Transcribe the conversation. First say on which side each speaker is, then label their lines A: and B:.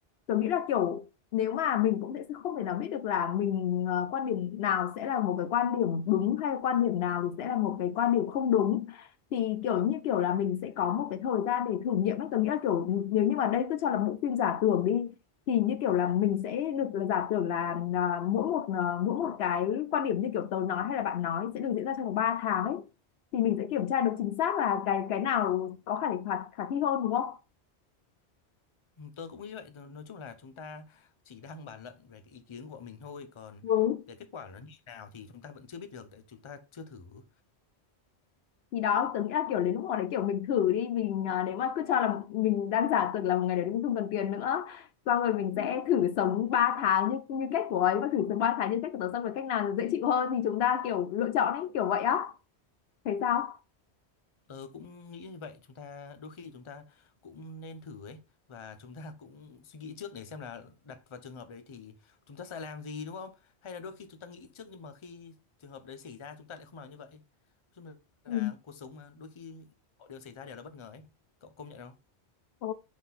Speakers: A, on the left; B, on the left.
A: tớ nghĩ là kiểu nếu mà mình cũng sẽ không thể nào biết được là mình ờ, quan điểm nào sẽ là một cái quan điểm đúng hay quan điểm nào thì sẽ là một cái quan điểm không đúng thì kiểu như kiểu là mình sẽ có một cái thời gian để thử nghiệm ấy tôi nghĩ là kiểu nếu như mà đây cứ cho là bộ phim giả tưởng đi thì như kiểu là mình sẽ được là giả tưởng là à, mỗi một à, mỗi một cái quan điểm như kiểu tớ nói hay là bạn nói sẽ được diễn ra trong vòng 3 tháng ấy thì mình sẽ kiểm tra được chính xác là cái cái nào có khả khả, khả thi hơn đúng không?
B: Ừ, tớ cũng nghĩ vậy nói chung là chúng ta chỉ đang bàn luận về cái ý kiến của bọn mình thôi còn
A: Ừ.
B: cái kết quả nó như thế nào thì chúng ta vẫn chưa biết được tại chúng ta chưa thử
A: Thì đó, tớ nghĩ là, kiểu, đến lúc hồi đấy, kiểu, mình thử đi, mình, à, nếu mà cứ cho là một- mình đang giả tưởng là một ngày đấy mình không cần tiền nữa, xong rồi mình sẽ thử sống 3 tháng như như cách của ấy, và thử sống 3 tháng như cách của tớ, xong rồi cách nào dễ chịu hơn thì chúng ta, kiểu, lựa chọn ấy, kiểu vậy á. Thấy sao?
B: Tớ cũng nghĩ như vậy, chúng ta đôi khi chúng ta cũng nên thử ấy và chúng ta <laughs> cũng suy nghĩ trước để xem là đặt vào trường hợp đấy thì chúng ta sẽ làm gì đúng không? Hay là đôi khi chúng ta nghĩ trước nhưng mà khi trường hợp đấy xảy ra chúng ta lại không làm như vậy. Nói chung là là
A: Ừ.
B: cuộc sống mà đôi khi mọi điều xảy ra đều là bất ngờ ấy. Cậu công nhận không?
A: Ừ.